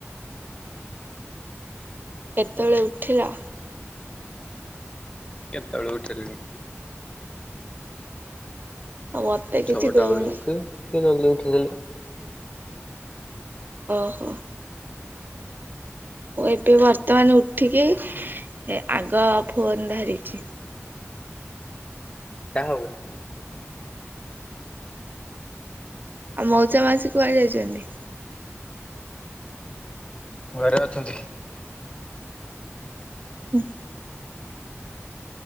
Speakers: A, on the right; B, on the left.
A: କେତେଳେ ଉଠିଲ?
B: କେତଳୁ ହଠିଲିଣି।
A: ଆଉ ମତେ କିଛି
B: ଛଅଟା
A: କହୁନ
B: ବେଳୁ ଉଠେ ଟିକେ ଜଲ୍ଦିି ଉଠିଦେଲି।
A: ଓହୋ। ମୁଁ ଏବେ ବର୍ତ୍ତମାନ ଉଠିକି ଏ ଆଗ ଫୋନ୍ ଧରିଛି।
B: ଟା ହଉ
A: ଆ ମଉଚା ମାସି କୁଆ ଯାଇଛନ୍ତି?
B: ଘରେ ଅଛନ୍ତି।
A: ହୁଁ।